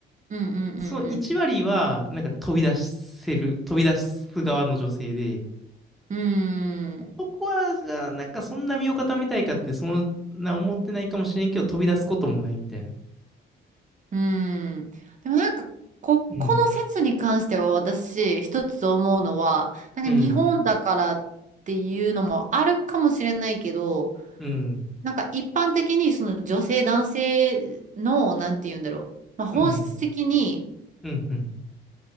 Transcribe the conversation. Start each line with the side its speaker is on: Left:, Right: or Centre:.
Right: うんうん
Centre: その1割は、
Right: うん。
Centre: なんか飛び出せる、飛び出す側の女性で、
Right: うんうーん
Centre: 男は、じゃあ、なんかそんな身を固めたいかって、そんな思ってないかもしれんけど、飛び出すこともないみたいな。
Right: うんん。でもなんか、こ、
Centre: うん、
Right: この説に関しては私、一つ思うのは、なんか日本だからっていうのもあるかもしれないけど、
Centre: うん、うん、
Right: なんか一般的にその女性男性の、なんて言うんだろう。まあ本質的に、
Centre: うん、うん、うん、